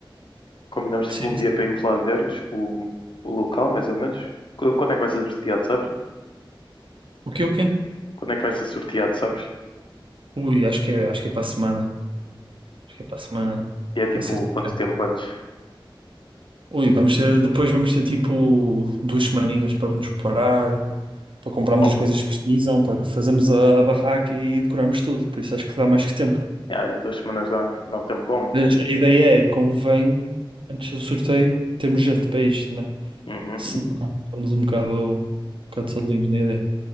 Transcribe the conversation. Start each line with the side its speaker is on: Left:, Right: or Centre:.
Left: Combinamos, tipo,
Right: Sim.
Left: um dia para irmos lá ver os- o, o local, mais ou menos. Qu- Quando é que vai ser sorteado, sabes?
Right: O que, o quê?
Left: Quando é que vai ser sorteado, sabes?
Right: Ui, acho que é, acho que é para a semana. Acho que é para a semana.
Left: E é tipo,
Right: Vai ser. assim.
Left: quanto tempo antes?
Right: Ui, vamos ter, depois vamos ter tipo duas semaninhas para nos preparar, para comprarmos
Left: Oh,
Right: as coisas que precisam, para fazermos a, a barraca e decorarmos tudo. Por isso acho que dá mais que tempo.
Left: já, já, duas semanas dá, dá um tempo bom, mano.
Right: Mas a ideia é, convém, antes do sorteio, termos gente para isto, né?
Left: Uhum.
Right: Senão estamos um bocado, um bocado sozinhos na ideia.